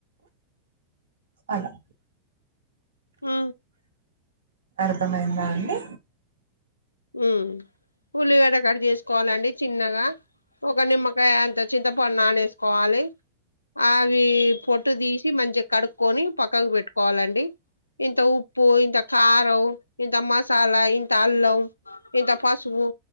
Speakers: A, on the right (about 70°); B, on the left (about 80°).
A: అలా
B: హ
A: అర్థమైందా అండి
B: ఉమ్ ఉల్లిగడ్డ కట్ చేసుకోవాలండి చిన్నగా ఒక నిమ్మకాయ అంత చింతపండు నానేసుకో కావాలి అవి పొట్టు తీసి మంచిగా కడుక్కకొని పక్కకు పెట్టుక్ కోవాలండి ఇంత ఉప్పు ఇంత కారం ఇంత మసాలా ఇంత అల్లం ఇంత పసు ఓ